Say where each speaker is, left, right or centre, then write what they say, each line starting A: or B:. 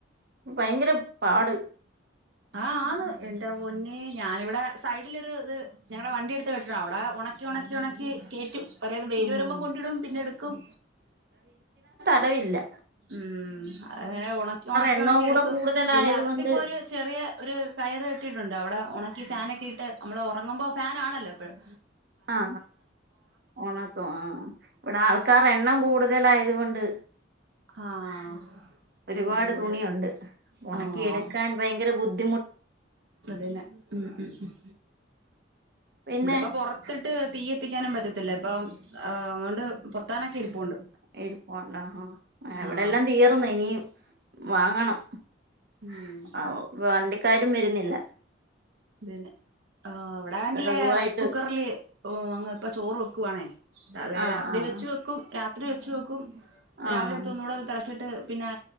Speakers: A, on the right; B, on the right.
A: ഭയങ്കര പാട്.
B: ആ ആന്ന് എന്റെ പൊന്നേ ഞാനിവിടെ സൈഡിലൊരു ഇത് ഞങ്ങടെ വണ്ടി എടുത്ത് കെട്ടി അവിടെ ണക്കി ണക്കി ണക്കി കേറ്റും ഓരോന്ന്. വെയില്
A: ഉം
B: വരുമ്പോ കൊണ്ടിടും പിന്നെ എടുക്കും
A: വെള്ളവില്ല.
B: ഉം. അങ്ങനെ ഒണക്കി ഒണക്കി
A: എണ്ണവും
B: ഒണക്കി
A: കൂടെ
B: എടുക്കും.
A: കൂടുതലായത്
B: പിന്നെ അകത്തിപ്പൊ
A: കൊണ്ട്
B: ഒരു ചെറിയ ഒരു കയറ് കെട്ടിട്ടുണ്ട് അവിടെ ഉണക്കി ഫാനൊക്കെ ഇട്ട് നമ്മള് ഉറങ്ങുമ്പോ ഫാനാണല്ലോ ഇപ്പോഴും.
A: ആ ആഉണക്കും ആ ഇവിടെ ആൾക്ക ക്കാർ എണ്ണം കൂടുതലായത് കൊണ്ട്
B: ആഹ്
A: ഒരുപാട്
B: എണ്ണം കൂടുതൽ
A: തുണിയുണ്ട്. ഉണക്കി
B: ആഹ്
A: എടുക്കാൻ ഭയങ്കര ബുദ്ധി
B: അതന്നെ ഉം ഉം ഉം ഉം
A: പിന്നെ
B: ഇവിടിപ്പം പുറത്തി ഇട്ട് തീ കത്തിക്കാനും പറ്റത്തില്ല. ഇപ്പംഅതുകൊണ്ട് പൊത്താനൊക്കെ ഇരുപ്പുണ്ട്.
A: ഇരിപ്പോണ്ടോ ആ എവിടെ
B: ആഹ്
A: എല്ലാം തീർന്ന് ഇനി വാങ്ങണം.
B: ഉം
A: ആ വണ്ടിക്കാരും വരുന്നില്ല.
B: തന്നെ. അവിടെ ആണെങ്കില്
A: വിറകുവായിട്ട്
B: റൈസ് കുക്കറില് അങ്ങ് ഇപ്പ ചോറ് വെക്കുവാണേ.
A: ആഹ്
B: രാത്രി
A: ആഹ്
B: വെച്ച് വെക്കും രാത്രി വെച്ച വെക്കും
A: ആഹ്
B: രാവിലെ എടുത്ത് ഒന്നൂടെ തിള വെച്ചിട്ട് പിന്നെ